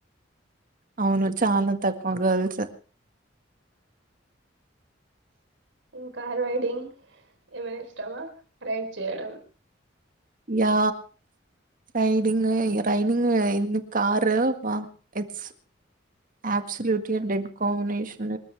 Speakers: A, on the right; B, on the right.
A: అవును చాలా తక్కువ గర్ల్స్
B: ం కార్ రైడింగ్ ఏమైనా ఇష్టామా రైడ్ చేయడం
A: yeah riding riding in car వా ఇట్స్ ఆప్స్లూటియ డెడ్ కాంబినేషన్